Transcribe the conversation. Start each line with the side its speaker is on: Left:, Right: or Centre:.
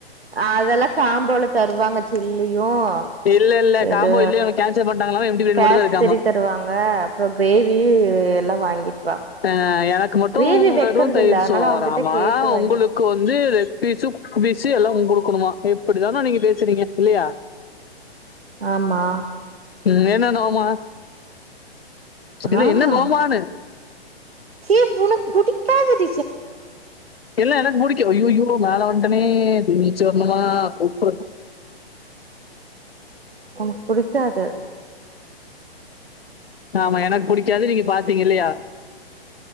Right: அதெல்லாம் காம்போல தருவாங்க சில்லி இதும்
Left: இல்ல இல்ல
Right: இது
Left: காம்போ இல்லையே அவங்க கேன்சல் பண்ணிட்டாங்களாம் எம்டி பிரியாணி
Right: கேசரி
Left: மட்டும் தான் இருக்காமா
Right: தருவாங்க அப்புறம் கிரேவி எல்லாம் வாங்கிட்டு வா
Left: ஹ யர மட்டும்
Right: கிரேவி வெக்கறது
Left: வெறும் தயிர்
Right: இல்ல அதனால
Left: சோராம
Right: அவங்கிட்ட கேட்டு வாங்கிட்டு
Left: உங்களுக்கு வந்து லெக் பீஸு பீசு எல்லாம் உங் குடுக்கணுமா எப்படி தானோ நீங்க பேசுறீங்க இல்லயா
Right: ஆமா
Left: உம் என்ன நோமா இல்ல
Right: ஆமா
Left: என்ன நோமானு
Right: ஏ உனக்கு புடிக்காது டி
Left: எல்லாம் என்னக்கு புடிக்கும் ஐயோய்யோ மேல வன்ட்டனே திருமி சொந்தமா உப்பு
Right: நமக்கு புடிக்காது
Left: ஆமா எனக்கு புடிக்காது நீங்க பாத்தீங்க இல்லயா